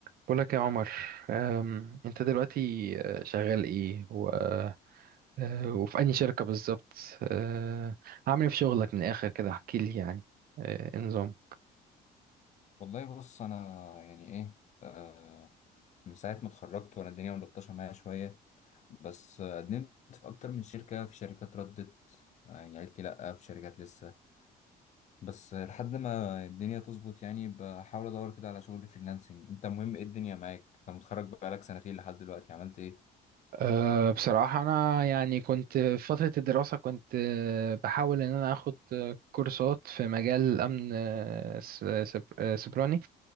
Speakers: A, on the right; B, on the left.
A: بقولك يا عمر أم، انت دلوقتي آه، شغال ايه و... آه، وفي أي شركة بالظبط آه، عامل ايه في شغلك من الآخر كده احكي لي يعني آه، إيه النظام
B: والله بص انا يعني ايه آه من ساعه ما اتخرجت وانا الدنيا ملطشه معايا شويه بس آه، قدمت في اكتر من شركه في شركات ردت آه، يعني قالت لي لا في شركات لسه بس آه، لحد ما الدنيا تظبط يعني بحاول ادور كده على شغل فريلانسنج انت مهم ايه الدنيا معاك انت متخرج بقالك سنتين لحد دلوقتي عملت ايه
A: أه بصراحة أنا يعني كنت في فترة الدراسة كنت آه، بحاول إن أنا أخد آه، كورسات في مجال الأمن آه، س- سب- آه، سيبراني